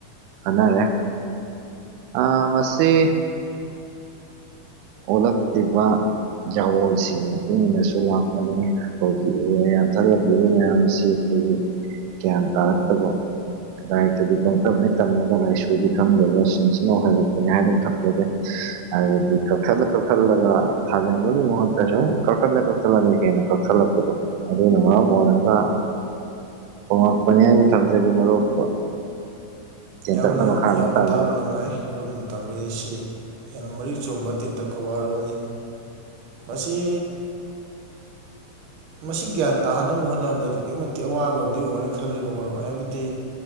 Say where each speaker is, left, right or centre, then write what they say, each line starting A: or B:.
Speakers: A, on the right; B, on the right.
A: ꯈꯟꯅꯔꯦ ꯑꯥ ꯃꯁꯤ ꯑꯣꯜꯂꯛꯂꯤꯕ ꯌꯥꯋꯣꯜꯁꯤꯒꯤ ꯃꯇꯨꯡ ꯏꯟꯅꯁꯨ ꯂꯥꯛꯄꯅꯤ ꯑꯩꯈꯣꯏꯒꯤ ꯎ ꯋꯥ ꯌꯥꯟꯊꯔꯂꯛꯂꯤꯕ ꯃꯌꯥꯝ ꯑꯁꯤ ꯑꯩꯈꯣꯏꯒꯤ ꯒ꯭ꯌꯥꯟ ꯇꯥꯔꯛꯇꯕ ꯂꯥꯏꯔꯤꯛꯇꯗꯤ ꯄꯪꯇꯝꯍꯦꯛ ꯇꯝꯃꯒ ꯂꯥꯏꯁꯨꯗꯤ ꯈꯪꯗꯕꯁꯤꯡꯁꯤꯅ ꯑꯣꯏꯍꯜꯂꯛꯄꯅꯤ ꯍꯥꯏꯗꯨꯅ ꯊꯝꯖꯒꯦ ꯑ <unintelligible> ꯀꯛꯊꯛꯂ ꯀꯛꯊꯛꯂꯒ ꯊꯥꯖꯟꯕꯒꯤ ꯃꯍꯨꯠ ꯁꯨꯝ ꯀꯛꯊꯛꯂ ꯀꯛꯊꯛꯂꯒ ꯍꯦꯟꯅ ꯀꯛꯊꯛꯂꯛꯄꯗꯣ ꯑꯗꯨꯅ ꯃꯔꯝ ꯑꯣꯏꯔꯒ ꯍꯣꯉꯛꯄꯅꯦ ꯍꯥꯏꯅ ꯊꯝꯖꯒꯦ ꯃꯔꯨꯞ ꯇꯦꯟꯇꯛꯅ
B: ꯌꯥꯝꯅ
A: ꯃꯈꯥ ꯑꯗꯨꯝ
B: ꯌꯥꯝꯅ
A: ꯇꯥꯕꯤꯌꯨ
B: ꯇꯥꯕ ꯅꯨꯡꯉꯥꯏ ꯃꯔꯨꯞ ꯇꯝꯕꯤꯔꯤꯁꯤ ꯌꯥꯝꯅ ꯃꯔꯤꯛ ꯆꯨꯝꯕ ꯇꯦꯟꯇꯛꯄ ꯋꯥꯔꯣꯜꯅꯤ ꯃꯁꯤ ꯃꯁꯤ ꯒ꯭ꯌꯥꯟ ꯇꯥꯍꯟꯅꯕ ꯍꯣꯠꯅꯕꯗ ꯑꯗꯨꯛꯀꯤ ꯃꯇꯤꯛ ꯑꯋꯥꯕ ꯑꯃꯗꯤ ꯑꯣꯏꯔꯅꯤ ꯈꯜꯂꯤꯀꯣ ꯃꯔꯨꯞ ꯍꯥꯏꯕꯗꯤ